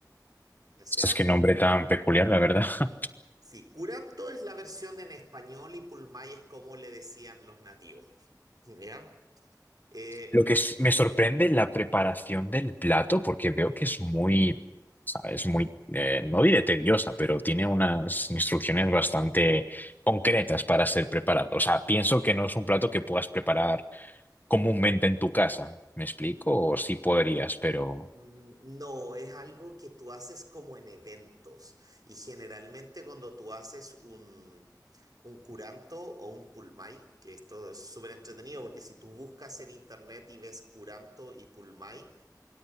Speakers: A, on the right; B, on the left.
A: O sea,
B: es que nombre
A: tú, escri-
B: tan peculiar, la verdad. <laughs>
A: Sí, curanto es la versión en español y pulmay es como le decían los nativos, <laughs> ¿ya? Eh,
B: Lo que s- me sorprende es la preparación del plato, porque veo que es muy, ¿sabes? Muy, eh, no diré tediosa, pero tiene unas instrucciones bastante concretas para ser preparado. O sea, pienso que no es un plato que puedas preparar comúnmente en tu casa. ¿Me explico? O sí podrías, pero...
A: mm, no, es algo que tú haces como en eventos y generalmente cuando tú haces un, un curanto o un pulmay, que esto es súper entretenido porque si tú buscas en internet y ves curanto y pulmay,